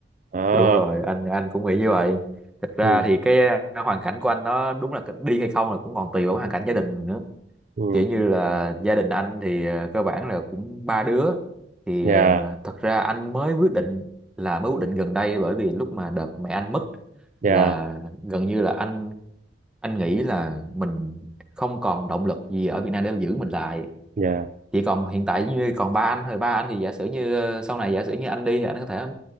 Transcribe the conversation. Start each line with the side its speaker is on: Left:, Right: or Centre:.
Right: đó
Centre: đúng rồi anh anh cũng nghĩ như vậy thực ra
Right: ừ
Centre: thì cái hoàn cảnh của anh nó đúng là cái- đi hay không là cũng còn tùy vào cái hoàn cảnh gia đình nữa
Right: ừ
Centre: kiểu như là gia đình anh thì ờ, cơ bản là cũng ba đứa thì
Right: dạ
Centre: ờ, thật ra anh mới quyết định là mới quyết định gần đây bởi vì lúc mà đợt mẹ anh mất
Right: dạ
Centre: là gần như là anh anh nghĩ là mình không còn động lực gì ở Việt Nam để mà giữ mình lại
Right: dạ
Centre: chỉ còn hiện tại như còn ba anh thôi ba anh thì giả sử như ờ, sau này giả sử như anh đi thì anh có thể ờ,